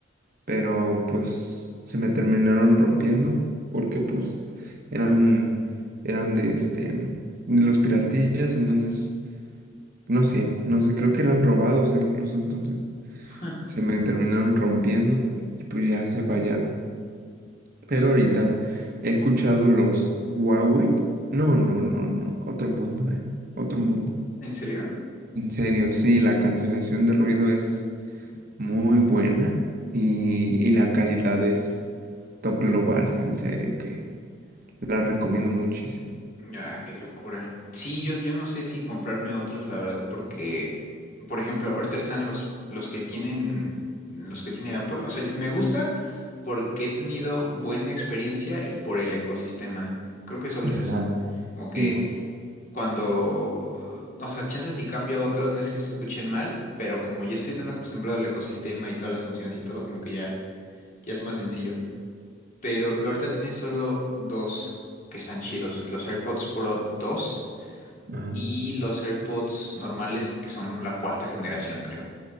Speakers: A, on the right; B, on the left.
A: pero pues se me terminaron rompiendo porque pues eran eran de este de los piratillas, entonces no sé, no sé, creo que eran robados incluso, entonces
B: Ja.
A: se me terminaron rompiendo y pues ya se fallaron.
B: ¿Y
A: Pero ahorita he escuchado los Huawei. No, no, no, no, otro mundo, eh, otro mundo.
B: en serio?
A: En serio, sí, la cancelación de ruido es muy buena y, y la calidad es Top Global, en serio, que la recomiendo muchísimo.
B: Ah, qué locura. Sí, yo, yo no sé si comprarme otros, la verdad, porque, por ejemplo, ahorita están los, los que tienen, los que tiene Apple. O sea, me gustan porque he tenido buena experiencia y por el ecosistema. Creo que solo
A: Ajá.
B: es eso. Como que
A: Hijos.
B: cuando, no sé, chances si cambio a otros, no es que se escuchen mal, pero como ya estoy tan acostumbrado al ecosistema y todas las funciones y todo, como que ya, ya es más sencillo. Pero ahorita tiene solo dos que están chidos, los AirPods Pro dos
A: Ajá.
B: y los AirPods normales, que son la cuarta generación, creo.